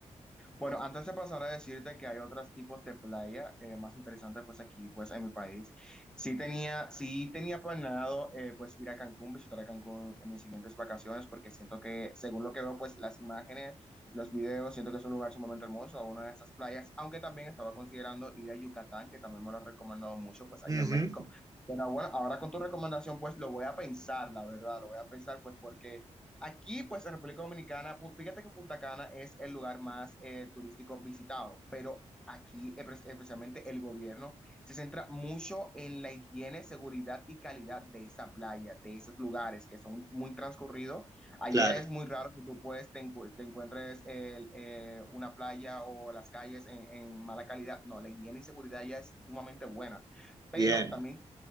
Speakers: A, in the centre; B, on the right.
A: Bueno, antes de pasar a decirte que hay otros tipos de playa eh, más interesantes, pues aquí, pues en mi país, sí tenía, sí tenía planeado, eh, pues ir a Cancún, visitar a Cancún en mis siguientes vacaciones, porque siento que, según lo que veo, pues las imágenes, los videos, siento que es un lugar sumamente hermoso, una de esas playas, aunque también estaba considerando ir a Yucatán, que también me lo han recomendado mucho, pues
B: Ujú,
A: allá en México. Pero bueno, ahora con tu recomendación, pues lo voy a pensar, la verdad, lo voy a pensar, pues porque... Aquí, pues, en República Dominicana, fíjate que Punta Cana es el lugar más eh, turístico visitado, pero aquí, eh, pres- especialmente el gobierno, se centra mucho en la higiene, seguridad y calidad de esa playa, de esos lugares que son muy transcurridos. Allá
B: claro,
A: es muy raro que tú, pues, te, encu- te encuentres el, eh, una playa o las calles en, en mala calidad. No, la higiene y seguridad ya es sumamente buena. Pero
B: bien,
A: también